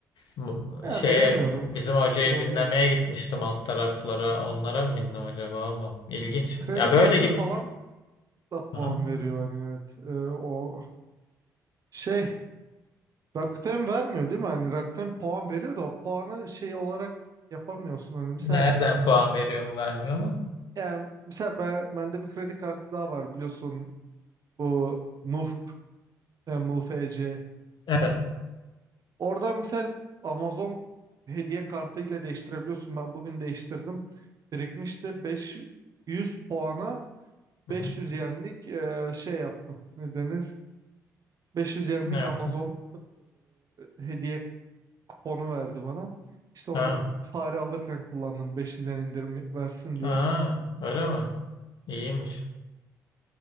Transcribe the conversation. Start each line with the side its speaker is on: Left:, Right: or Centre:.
Left: bu-
Right: Ya
Left: şeye
Right: bilemiyorum.
Left: bizim hocayı
Right: Şey oluyor.
Left: dinlemeye gitmiştim alt taraflara. Onlara mı bindim acaba ama ilginç.
Right: Kredi
Left: Ya böyle
Right: kartı
Left: gibi.
Right: falan da puan
Left: Aha.
Right: veriyor hani evet. Ee, o şey Rakuten vermiyor değil mi? Hani Rakuten puan veriyor da o puanı şey olarak yapamıyorsun. Hani misal
Left: Nereden puan veriyor mu vermiyor mu?
Right: yani misal ben, bende bir kredi kartı daha var biliyorsun bu MUFK yani MUFC'nin
Left: Evet.
Right: oradan misal Amazon hediye kartı ile değiştirebiliyorsun. Ben bugün değiştirdim. Birikmişti 500 puana
Left: Hı
Right: 500
Left: hı.
Right: yenlik e, şey yaptım. Ne denir? 500 yenlik
Left: Ne yaptın?
Right: Amazon e, hediye kuponu verdi bana. İşte onu
Left: Ha,
Right: fare alırken kullandım 500 yen indirim versin diye.
Left: ha, öyle mi? İyiymiş.